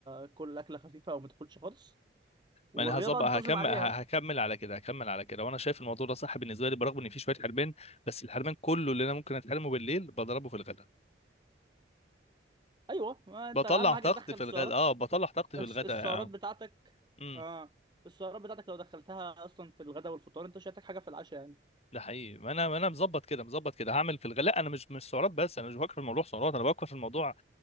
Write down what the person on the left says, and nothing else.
ما انا هظبط
هكمل
هكمل على كده هكمل على كده وانا شايف الموضوع ده صح بالنسبه لي برغم ان في شويه حرمان بس الحرمان كله اللي انا ممكن اتحرمه بالليل بضربه في الغداء
بطلع
طاقتي
في
الغداء اه بطلع طاقتي في
الغداء
امم
ده حقيقي ما انا ما انا مظبط كده مظبط كده هعمل في الغداء لا انا مش مش سعرات بس انا مش بفكر في الموضوع سعرات انا بفكر في الموضوع